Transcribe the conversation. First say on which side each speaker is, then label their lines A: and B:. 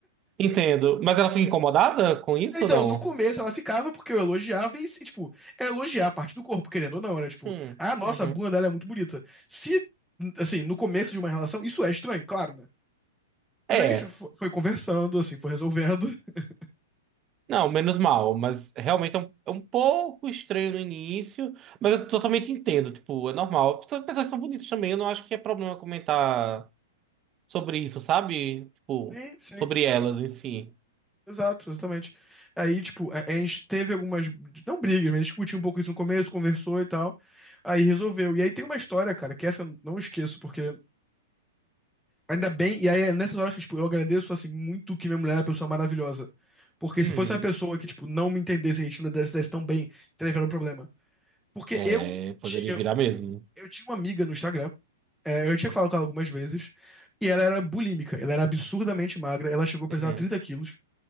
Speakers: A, on the right; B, in the centre.
A: Entendo. Mas ela fica incomodada com isso
B: Então,
A: ou não?
B: no começo ela ficava porque eu elogiava e, se- tipo, é elogiar a parte do corpo, querendo ou não, era tipo,
A: Sim.
B: ah, nossa,
A: Uhum.
B: a bunda dela é muito bonita. Se, assim, no começo de uma relação, isso é estranho, claro, né?
A: É.
B: Mas aí tipo, fo- foi conversando, assim, foi resolvendo. <laughs>
A: Não, menos mal, mas realmente é um, é um pouco estranho no início, mas eu totalmente entendo, tipo, é normal. Pessoas pessoas são bonitas também, eu não acho que é problema comentar sobre isso, sabe? Tipo,
B: Sim, sim.
A: sobre elas em si.
B: Exato, exatamente. Aí, tipo, a, a gente teve algumas, não brigas, mas discutiu um pouco isso no começo, conversou e tal. Aí resolveu. E aí tem uma história, cara, que essa eu não esqueço, porque ainda bem, e aí é nessas horas que, tipo, eu agradeço, assim, muito que minha mulher é uma pessoa maravilhosa. Porque
A: Uhum.
B: se fosse uma pessoa que, tipo, não me entendesse, a gente não desse, desse tão bem, teria um problema. Porque
A: É,
B: eu
A: poderia
B: tinha,
A: virar mesmo.
B: eu tinha uma amiga no Instagram, é, eu tinha falado com ela algumas vezes, e ela era bulímica, ela era absurdamente magra, ela chegou a pesar
A: Uhum.
B: 30 quilos,